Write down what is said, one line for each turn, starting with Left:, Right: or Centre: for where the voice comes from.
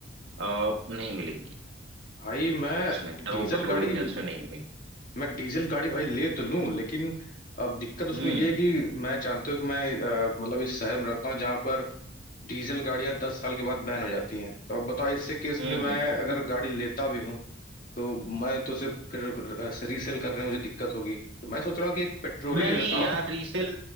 Right: अ, नहीं मिलेंगी
Left: भाई मैं
Right: उसमें टर्बो
Left: डीजल
Right: पेट्रोल
Left: गाड़ी
Right: इंजन में नहीं मिलेंगी
Left: मैं डीजल गाड़ी भाई ले तो लूं लेकिन अब दिक्कत उसमें
Right: हम्म
Left: ये है कि मैं जानते हो कि मैं अ, मतलब इस शहर में रहता हूँ जहां पर डीजल गाड़ियां दस साल के बाद बैन हो जाती हैं तो अब बताओ इससे केस
Right: हम्म
Left: में मैं
Right: हम्म।
Left: अगर गाड़ी लेता भी हूँ तो मैं तो उसे फिर अ, रीसेल करने में मुझे दिक्कत होगी तो मैं सोच रहा हूँ कि एक पेट्रोल
Right: नहीं
Left: ही ले लेता हूँ
Right: यार रीसेल